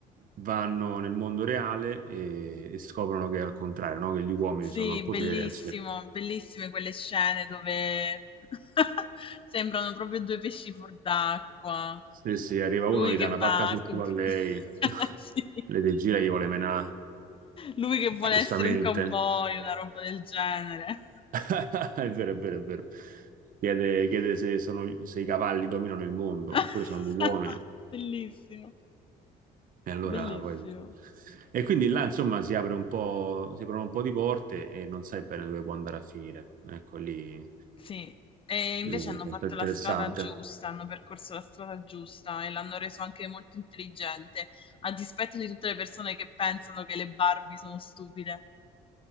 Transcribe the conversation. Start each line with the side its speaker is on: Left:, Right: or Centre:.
Right: vanno nel mondo reale e, e scoprono che è al contrario, no? Che gli uomini
Left: Sì,
Right: sono al potere,
Left: bellissimo,
Right: anzi,
Left: bellissime quelle scene dove <laughs> sembrano proprio due pesci fuor d'acqua.
Right: se, se arriva
Left: Lui
Right: uno gli
Left: che
Right: dà una
Left: va
Right: pacca sul
Left: a comp-
Right: culo a lei,
Left: <laughs>
Right: <laughs>
Left: Sì.
Right: le degira e gli vuole menare,
Left: Lui che vuole
Right: giustamente.
Left: essere un cowboy, una roba del genere.
Right: <laughs> È vero, è vero, è vero. Chiede, chiede se, sono- se i cavalli dominano il mondo
Left: <laughs>
Right: oppure sono gli uomini.
Left: Bellissimo,
Right: E allora
Left: bellissimo.
Right: poi... E quindi là, insomma, si apre un po', si aprono un po' di porte e non sai bene dove può andare a finire. Ecco, lì,
Left: Sì, e invece
Right: lì è un
Left: hanno fatto
Right: po' interessante.
Left: la strada giusta, hanno percorso la strada giusta e l'hanno reso anche molto intelligente, a dispetto di tutte le persone che pensano che le Barbie sono stupide.